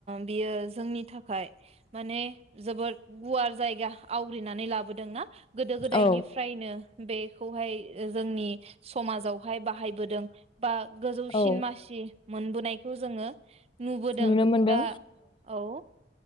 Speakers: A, on the right; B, on the left.
A: बियो जोंनि थाखाय माने जोबोद गुवार जायगा आवग्रिनानै लाबोदोंना? गोदो गोदायनिफ्रायनो
B: औ
A: बे बे खौहाय जोंनि समाजावहाय बाहायबोदों बा गोजौसिन
B: औ
A: मासि मोनबोनायखौ जोङो नुबोदों
B: नुनो मोनदों
A: दा औ